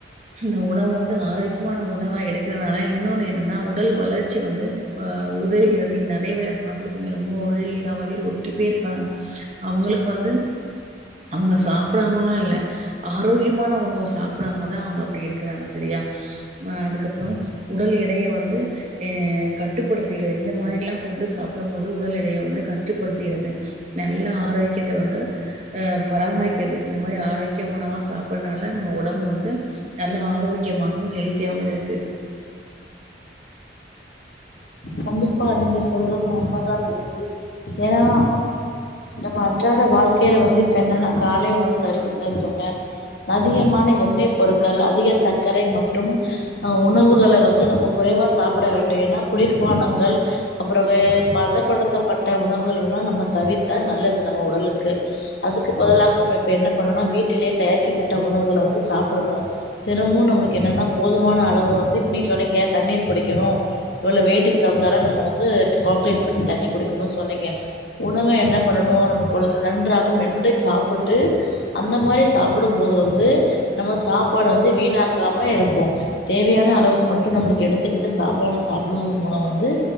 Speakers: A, on the right (about 35°); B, on the left (about 70°).
A: இந்த உணவு வந்து ஆரோக்கியமான உணவ எடுக்கறனால இன் இன்னோனு என்னன்னா உடல் வளர்ச்சி வந்து அ உதவுகிறது நீங்க நறைய பேர பாத்துருப்பீங்க ரொம்ப ஒல்லியா வயிறு ஒட்டி போய் இருப்பாங்க அவுங்களுக்கு வந்து அவுங்க சாப்டாமல்லா இல்ல ஆரோக்கியமான உணவ சாப்பிடாமதான் அவுங்க அப்டி இருக்குறாங்க சரியா அ அதுக்கப்றோ உடல் எடைய வந்து எ கட்டுப்படுத்திறே இந்த மாதிரிலா ஃபுட்டு சாப்டும் போது உடல் எடைய வந்து கட்டுப்படுத்திறதே நல்லா ஆரோக்கியத்த வந்து அ பராமரிக்கிறது இந்த மாரி ஆரோக்கிய உணவா சாப்டுறதுனால நம்ம உடம்பு வந்து நல்ல ஆரோக்கியமாகவும் ஹெல்த்தியாவு இருக்கு
B: கண்டிப்பா நீங்க சொல்றதும் உண்மதான் தோழி ஏன்னா நம்ம அ ன்றாட வாழ்க்கைல வந்து இப்ப என்னன்னா காலை உணவு தருகிற சொன்னன் அதிகமான எண்ணெய் பொருட்கள் அதிக சர்க்கரை மற்றும் அ உணவுகள வந்து நம்ம குறைவா சாப்பிட வேண்டும் ஏன்னா குளிர் பானங்கள் அப்பறம் பதப்படுத்தப்பட்ட உணவுகள் எல்லாம் நம்ம தவிர்த்தா நல்லது நம்ம உடலுக்கு அதுக்கு பதிலாக நம்ம இப்ப என்ன பண்ணோனா வீட்டிலேயே தயாரிக்கப்பட்ட உணவுகள வந்து சாப்படணோ தினமும் நம்மளுக்கு என்னன்னா போதுமான அளவு வந்து இப்ப நீங்க சொன்னீங்கலையா தண்ணீர் குடிக்கணும் இவ்ளோ வெய் ட்டுக்கு தகுந்தால நம்ம வந்து கோப்ரேட் பண்ணி தண்ணி குடிக்கணும்னு சொன்னீங்க உணவு என்ன பண்ணணோ நம்ம குழந்த நன்றாக மென்று சாப்பிட்டு அந்த மாரி சாப்பிடும் போது வந்து நம்ம சாப்பாடு வந்து வீணாக்காம இருப்போம் தேவையான அளவுக்கு மட்டும் நம்மளுக்கு எடுத்துக்கிட்டு சாப்பாட சாப்பிடு வ